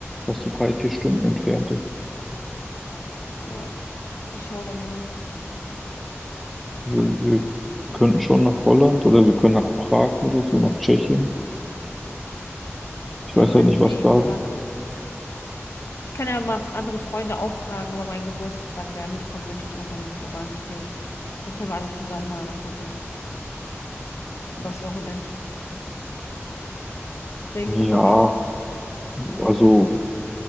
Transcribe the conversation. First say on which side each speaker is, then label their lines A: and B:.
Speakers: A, in the centre; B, on the left.
A: was so drei, vier Stunden entfernt ist.
B: Ja, ich schaue dann mal.
A: Also wir könnten schon nach Holland oder wir können nach Prag oder so, nach Tschechien. Ich
B: Ja,
A: weiß
B: meinte
A: halt nicht,
B: ich
A: was
B: ja eben,
A: da,
B: Holland. Ich kann ja mal andere Freunde auch fragen über meinen Geburtstag, wer mitkommen möchte. Und dann sage ich dir, dann können wir alle zusammen mal was machen. Übers Wochenend. Was denkst du
A: ja,
B: darüber?
A: also